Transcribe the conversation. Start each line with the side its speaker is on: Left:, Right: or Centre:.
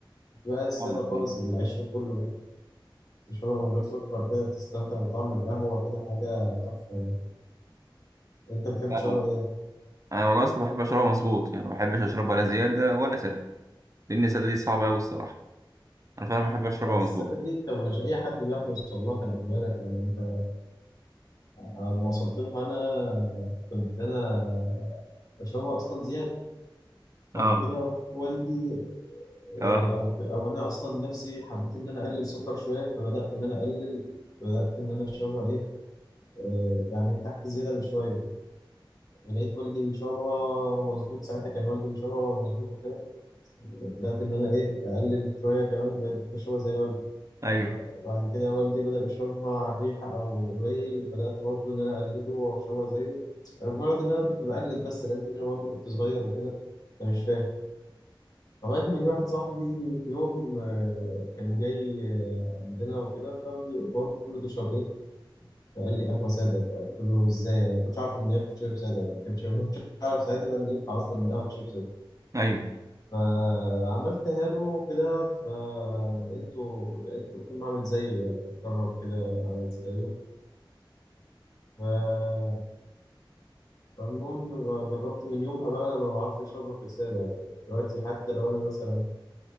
Left: في بقى الساده
Right: فاهمك
Left: خالص
Right: فاهمك
Left: العيش كله بقى تشربها من غير سكر كده تستمتع بطعم القهوه كده حاجه تحفه يعني. انت بتحب
Right: فاهمك.
Left: تشربها ايه؟
Right: انا والله اصلا بحب اشربها مظبوط يعني ما بحبش اشربها لا زياده ولا ساده لان الساده دي صعبه قوي الصراحه انا فعلا بحب اشربها
Left: لا، الساده
Right: مظبوط
Left: دي انت مش اي حد بيعرف يوصل لها خلي بالك يعني انت أنا لما وصلت لها انا كنت انا بشربها اصلا زياده
Right: اه
Left: بعد كده والدي
Right: اه
Left: إيه، او او انا اصلا نفسي حبيت ان انا اقلل سكر شويه فبدات ان انا اقلل بدات ان انا اشربها ايه آه، يعني تحت زياده بشويه لقيت والدي بيشربها مظبوط ساعتها كان والدي بيشربها مظبوط وكده بدات ان انا ايه اقلل شويه كمان بقيت بشربها زي والدي
Right: ايوه
Left: بعد كده والدي بدا يشربها على الريحه او قليل بدات برضه ان انا اقلده واشربها زيه مجرد ان انا كنت بقلد بس لان انا برضه كنت صغير وكده فمش فاهم لغاية ما جه واحد صاحبي في يوم آه، كان جاي آه، عندنا وكده فبقول له تشرب إيه؟ فقال لي قهوة سادة فقلت له إزاي؟ أنا ما كنتش عارف إن هي بتشرب سادة يعني ما كنتش ما كنتش عارف ساعتها بقى إن ينفع أصلا إن القهوة تشرب سادة
Right: ايوه
Left: فعملتها له كده فلقيته لقيته قلت له أعمل زيه يعني أجرب كده أعمل زيه ف- فالمهم جربت من يومها بقى أنا ما بعرفش أشربها في السادة يعني دلوقتي حتى لو أنا مثلا